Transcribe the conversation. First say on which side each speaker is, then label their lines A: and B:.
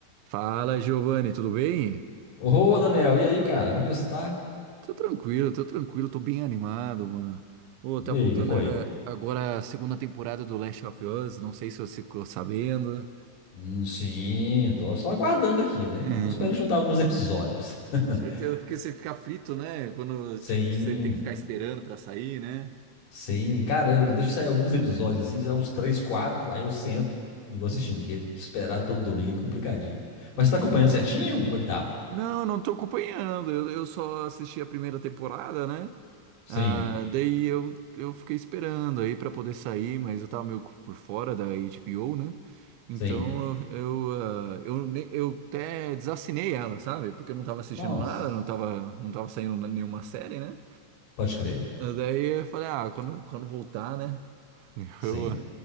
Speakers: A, on the right; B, on the left.
A: Fala, Giovanni, tudo bem?
B: Ô, Daniel, e aí, cara? Como que você tá?
A: Tô tranquilo, tô tranquilo, tô bem animado, mano. Ô,
B: E
A: tá voltando
B: aí, o que foi?
A: a- agora a segunda temporada do Last of Us, não sei se você ficou sabendo.
B: Hum, sim, tô só aguardando aqui, né?
A: É.
B: Tô esperando juntar alguns episódios. <laughs>
A: Com certeza, porque você fica frito, né? Quando,
B: Sim,
A: tipo, você tem que ficar esperando pra sair, né?
B: sim. Cara, eu deixo sair alguns episódios, assim, sei lá, uns três, quatro, aí eu sento e vou assistindo,
A: Hum.
B: porque esperar todo domingo é complicadinho.
A: Hum.
B: Mas você tá acompanhando certinho? Como é que tá?
A: Não, não tô acompanhando, eu, eu só assisti a primeira temporada, né?
B: Sim,
A: Ah, daí eu, eu fiquei esperando aí pra poder sair, mas eu tava meio por fora da HBO, né? Então
B: sim.
A: eu, eu, ah, eu, ne- eu até desassinei ela, sabe? Porque eu não tava assistindo
B: Nossa,
A: nada, não tava, não tava saindo na- nenhuma série, né?
B: pode crer.
A: Ah, Daí eu falei, ah, quando, quando voltar, né? <laughs>
B: Sim.
A: Eu,